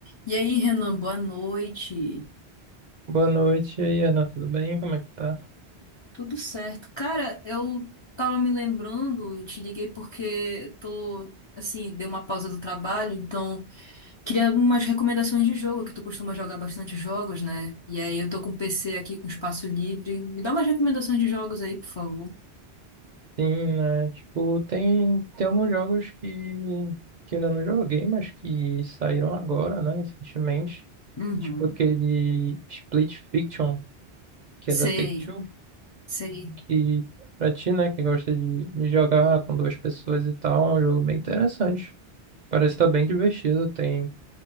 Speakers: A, on the left; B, on the right.
A: E aí, Renan, boa noite.
B: Boa noite, e aí, Ana, tudo bem? Como é que tá?
A: Tudo certo? Cara, eu tava me lembrando e te liguei porque tô, assim, dei uma pausa do trabalho, então queria algumas recomendações de jogo, que tu costuma jogar bastante jogos, né? E aí eu tô com o PC aqui com espaço livre. Me dá umas recomendações de jogos aí, por favor.
B: Sim, né? Tipo, tem, tem alguns jogos que, que eu ainda não joguei, mas que saíram agora, né? Recentemente.
A: Uhum.
B: Tipo aquele Split Fiction, que
A: Sei,
B: é da Take-Two,
A: sei.
B: que pra ti, né, que gosta de, de jogar com duas pessoas e tal, é um jogo bem interessante. Parece estar tá bem divertido, tem